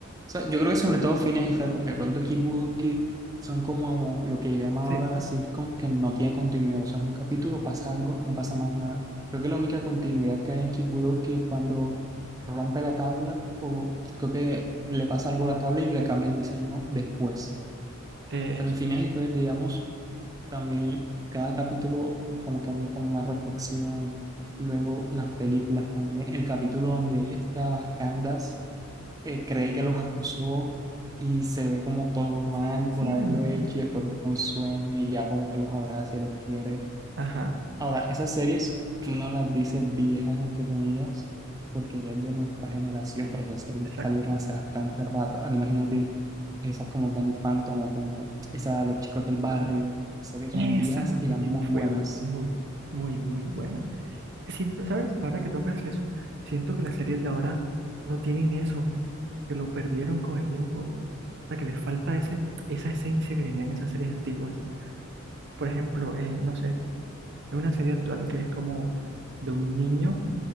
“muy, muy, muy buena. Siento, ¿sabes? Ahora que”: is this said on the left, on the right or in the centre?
Right